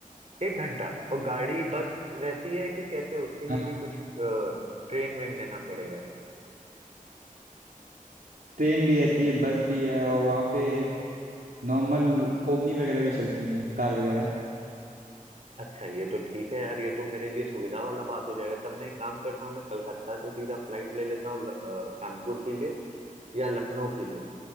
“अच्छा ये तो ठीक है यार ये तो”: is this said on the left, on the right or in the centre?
Right